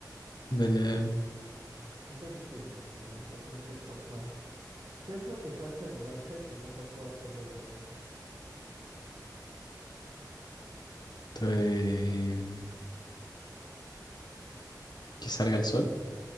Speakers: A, on the left (about 70°); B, on the right (about 65°).
A: Dale, dale.
B: Esta es difícil, así que te vas a tener que esforzar. ¿Qué es lo que se hace de noche que no se puede hacer de día?
A: Estoy- Que salga el sol.